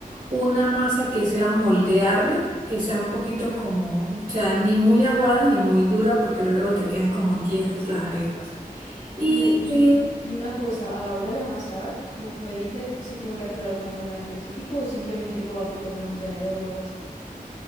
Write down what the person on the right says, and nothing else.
una masa que sea moldeable, que sea un poquito como, o sea, ni muy aguada ni muy dura, porque luego te quedan como tiesas las arepas. Y
eh,